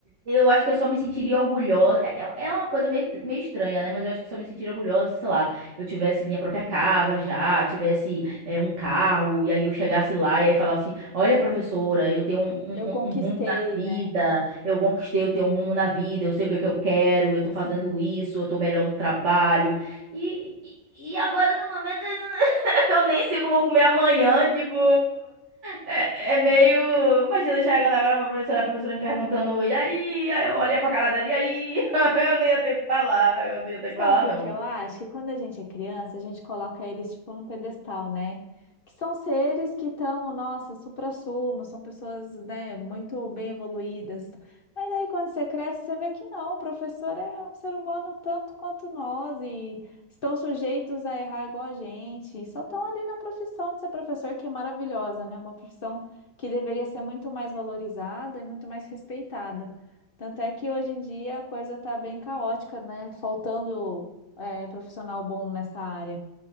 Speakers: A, on the right; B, on the left.
A: eu acho que eu só me sentiria orgulhosa. É, é é uma coisa meio, meio estranha, né? Mas eu acho que só me sentiria orgulhosa se, sei lá, eu tivesse minha própria casa já, tivesse é, um carro, e aí eu chegasse lá e aí falasse: Olha, professora, eu tenho um, um-
B: Eu conquistei,
A: um- um rumo na vida,
B: né?
A: eu conquistei, eu tenho um rumo na vida, eu sei o que, é que eu quero, eu tô
B: Sim.
A: fazendo isso, eu tô melhor no trabalho. E, e e agora no momento. Eu nem sei o que eu vou comer amanhã, tipo, é, é meio.
B: Ah,
A: Imagina eu chegando agora pra professora, a professora me perguntando, e aí? Aí eu olhei pra cara dela, e aí? <laughs> Eu não ia ter o que falar, eu não ia ter o que
B: Sabe
A: falar,
B: o que
A: não.
B: que eu acho? Que quando a gente é criança, a gente coloca eles tipo num pedestal, né? Que são seres que estão, nossa, suprassumo, são pessoas, né, muito bem evoluídas. Mas aí quando você cresce, você vê que não, o professor é um ser humano tanto quanto nós e estão sujeitos a errar igual a gente. Só estão ali na profissão de ser professor, que é maravilhosa, né? Uma profissão que deveria ser muito mais valorizada e muito mais respeitada. Tanto é que hoje em dia a coisa tá bem caótica, né? Faltando é, profissional bom nessa área.